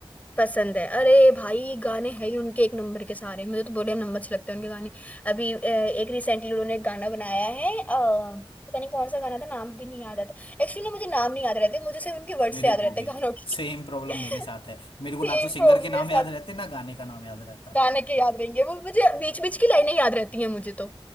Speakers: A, on the left; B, on the left.
A: पसंद है अरे भाई गाने हैं ही उनके एक नंबर के सारे मुझे तो बड़े नंबर अच्छे लगते हैं उनके गाने अभी अ, एक रिसेंटली उन्होंने एक गाना बनाया है अ, पता नहीं कौन सा गाना था नाम भी नहीं याद आता एक्चुअली ना मुझे नाम नहीं याद रहते मुझे सिर्फ उनके वर्ड
B: मेरे
A: से याद
B: को
A: रहते
B: भी
A: हैं गानों की
B: सेम प्रॉब्लम
A: <laughs>
B: मेरे साथ है मेरे को
A: सेम
B: ना तो सिंगर
A: प्रॉब्लम
B: के नाम
A: मेरे साथ
B: याद रहते ना गाने का नाम याद रहता
A: गाने के याद रहेंगे वो मुझे बीच बीच की लाइनें याद रहती हैं मुझे तो